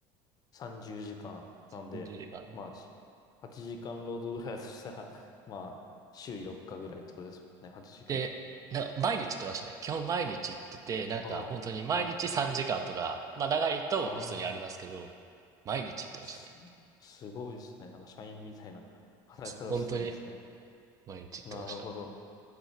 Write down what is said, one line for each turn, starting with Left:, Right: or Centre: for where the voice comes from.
Left: 30時間なんで、
Right: 20時間。
Left: まあ、し8時間労働ぐらいだとしたら、<laughs> まあ、週4日ぐらいってことですもんね、8時間を。
Right: で、な、毎日行ってましたね。基本毎日行ってて、なんか本当に毎日3時間とか、
Left: ああ、はい。
Right: まあ長いと普通にありますけど、
Left: ああ、
Right: 毎日行ってましたね。
Left: す、すごいですね。なんか社員みたいな <laughs> 働き方をしてたんですね。
Right: 本当に毎日行ってました。
Left: なるほど。